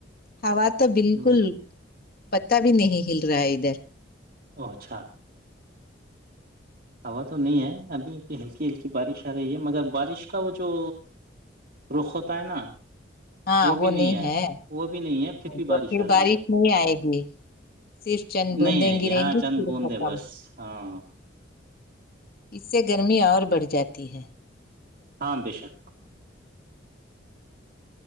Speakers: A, on the left; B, on the right.
A: ہوا تو بالکل
B: ہوں
A: پتا بھی نہیں ہل رہا ہے ادھر
B: او اچھا ہوا تو نہیں ہے ابھی ابھی ہلکی ہلکی بارش آ رہی ہے مگر بارش کا وہ جو رخ ہوتا ہے نا
A: ہاں وہ
B: بھی
A: نہیں ہے
B: وہ بھی نہیں ہے بھی
A: تو پھر
B: آ رہی
A: بارش
B: ہے
A: نہیں آئے گی صرف چند دندیں
B: نہیں آئے
A: گریں
B: ہاں
A: گی
B: چند
A: پھر
B: بوندے
A: ختم
B: بس
A: ہ
B: ہاں
A: اس سے گرمی اور بڑھ جاتی ہے
B: ہاں بے شک